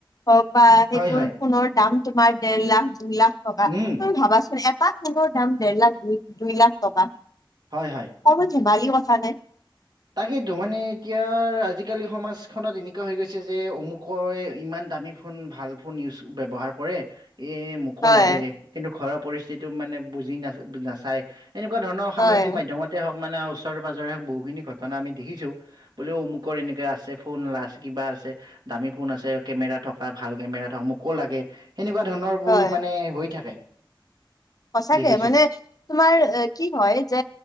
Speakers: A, on the left (about 45°); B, on the right (about 55°).
A: হওঁক বা সেইবোৰ
B: হয় হয়
A: ফোনৰ দাম তোমাৰ দেৰ লাখ দুই লাখ টকা।
B: উম
A: তুমি ভাবাচোন এটা ফোনৰ দাম দেৰ লাখ দুই দুই লাখ টকা।
B: হয় হয়।
A: পমান ধেমালি কথা নে।
B: তাকেইতো মানে এতিয়া আজিকালি সমাজখনত এনেকুৱা হৈ গৈছে যে অমুকই ইমান দামী ফোন ভাল ফোন ব্যৱহাৰ কৰে, এ মোক হ'ব
A: হয়।
B: লাগে। কিন্তু ঘৰৰ পৰিস্থিতিটো মানে বুজি নাচ নাচাই, এনেকুৱা ধৰণৰ
A: হয়,
B: সামাজিক মাধ্যমত য'তে হওঁক মানে আৰু ওচৰে-পাজৰে বহুখিনি ঘটনা আমি দেখিছোঁ। বোলে অমুকত এনেকা আছে, ফোন, ৰাজ কিবা আছে। দামী ফোন আছে, কেমেৰা থকা, ভাল কেমেৰা থকা। মোকো লাগে সেনেকুৱা ধৰণৰ বোৰ
A: হয়।
B: মানে হৈ থাকে।
A: সঁচাকে
B: দেখিছো
A: মানে তোমাৰ কি হয় যে